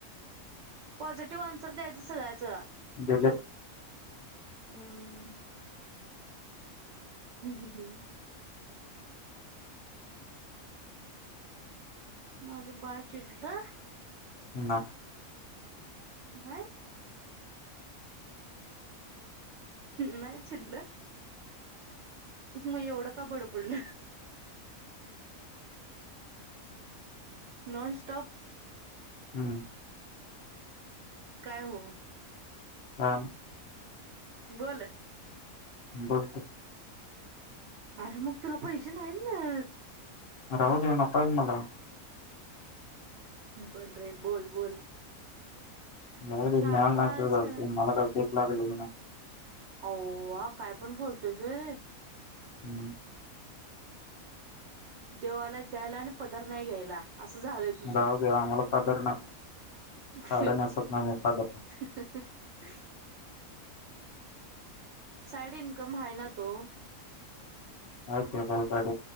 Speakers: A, on the right; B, on the left.
A: पॉझिटिव्ह आन्सर द्यायचं सगळ्याच
B: दिले
A: हम्म हम्म हम्म हम्म माझं बाळ चिडलं.
B: ना
A: नाय नाही चिडलं मग एवढं का बडबडल नॉनस्टॉप
B: हम्म
A: काय हू
B: हा
A: बोल
B: बोलतोय.
A: अरे मग तुला पैसे नाही मिळत
B: राहू देऊ नको आहे मला
A: बोल रे बोल बोल
B: नको बोलू
A: शहाणपणा
B: नाय नाय
A: आहेस
B: ते बोलते
A: का
B: मला काय भीक लागलेली नाय
A: हा काय पण बोलतोय होय रे
B: हम्म
A: देवाला द्यायला आणि पधर नाही घ्यायला असं झालंय तुझ
B: राहू दे आम्हाला पदर ना
A: <unintelligible>
B: साड्या नेसत नाही मी पदर
A: साईड इन्कम आहे ना तो
B: अ ते कासाड